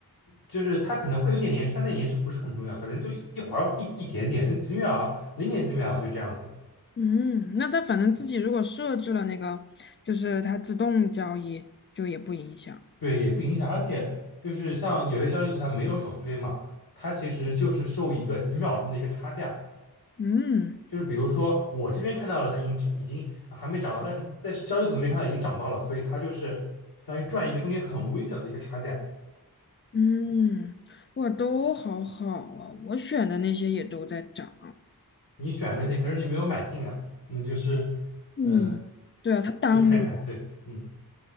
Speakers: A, on the left (about 70°); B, on the left (about 35°).
A: 就是它可能会有点延时，但那延时不是很重要，可能就一一会儿一一点点，几秒啊，零点几秒啊就这样子，
B: 嗯，那他反正自己如果设置了那个，就是它自动交易，就也不影响。
A: 对，也不影响。而且就是像有些交易所它没有手续费嘛，它其实就是收一个几秒钟的一个差价，
B: 嗯
A: 就是比如说我这边看到了它已经只已经还没涨到，但是但是交易所那边看到已经涨到了，所以它就是相当于赚一个中间很微小的一个差价。
B: 嗯，哇，都好好啊，我选的那些也都在涨。
A: 你选的那些，可是你没有买进啊，那就是。
B: 嗯，
A: 嗯。
B: 对啊，他耽误我。
A: 就看看，对，嗯，